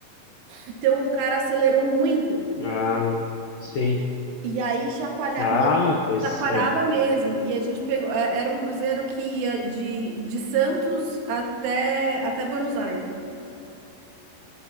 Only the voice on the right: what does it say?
Então o cara acelerou muito.
E aí chacoalhava,
e ele
chacoalhava
mesmo. E a gente pegou. é, Era um cruzeiro que ia de, de Santos até, até Buenos Aires.